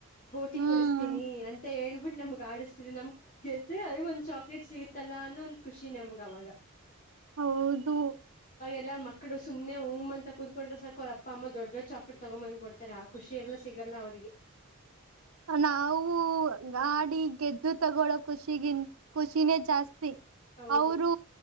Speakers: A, on the left; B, on the right.
A: ಬೋಟಿ
B: ಹ್ಮ್
A: ಕೊಡಿಸ್ತೀನಿ ಅಂತ ಹೇಳ್ಬಿಟ್ಟ ನಮ್ಗ್ ಆಡಿಸತರಿ ನಮ್ಗ್ ರ್ತ್ರಿ ಅದ ಒಂದ್ ಚಾಕ್ಲೇಟ್ ಸಿಗತ್ತಲ್ಲ ಅನ್ನೋ ಒಂದ್ ಖುಷಿ ನಮ್ಗ ಅವವಾಗ
B: ಹೌದು
A: ಎಲ್ಲ ಮಕ್ಕಳ ಸುಮ್ನೆ ಮ್ ಅಂತ ಕತ್ಕೊಂಡ್ರೆ ಸಾಕ ಅವ ಅಮ್ಮ ದೊಡ್ ಡ್ ಚಾಕ್ಟ್ ತಗೊಂಬಂದ್ ಕೊಡ್ ತರ ಖುಷಿ ಎಲ್ಲ ಸಿಗಲ್ಲ ಅವರಿಗೆ
B: ನಾವು ಗಾಡಿ ಗೆದ್ದು ತಗೊಳೋ ಖುಷಿಗಿನ್ ಖುಷಿನೇ ಜಾಸ್ತಿ
A: ಹೌದು
B: <inaudible> ಅವರು